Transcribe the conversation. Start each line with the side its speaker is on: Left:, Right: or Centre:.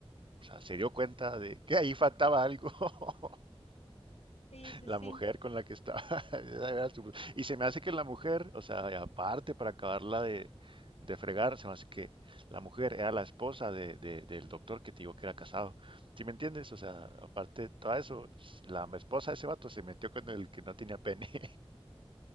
Right: o sea, se dio cuenta de que ahí faltaba algo. <laughs>
Left: Sí, sí,
Right: La
Left: sí.
Right: mujer con la que estaba. <laughs> esa era su- Y se me hace que la mujer, o sea, y aparte para acabarla de, de fregar, se me hace que la mujer era la esposa de, de- del doctor que te digo que era casado. ¿Sí me entiendes? O sea, aparte de todo eso, la esposa de ese vato se metió con el que no tenía pene. <laughs>